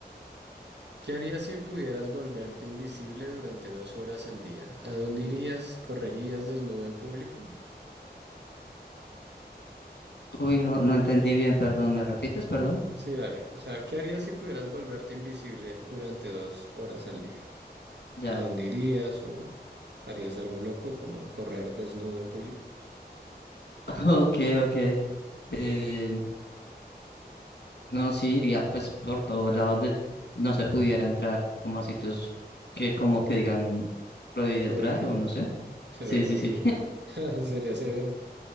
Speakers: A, on the right; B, on the left.
A: ¿Qué harías si pudieras volverte invisible durante dos horas al día? ¿A dónde irías? ¿Correrías desnudo en público?
B: Uy, no, no entendí bien, perdón. ¿Me repites, perdón?
A: Sí, dale. O sea, ¿qué harías si pudieras volverte invisible durante dos horas al día?
B: Ya.
A: ¿A dónde irías o harías algo loco como correr desnudo en público?
B: <laughs> Ok, ok. Eh, no, sí, iría pues por todo lado donde no se pudiera entrar, como a sitios que como que digan prohibido
A: Prohibido.
B: entrar o no sé.
A: Severo,
B: Sí, sí, sí.
A: sí. <laughs> Sería severo.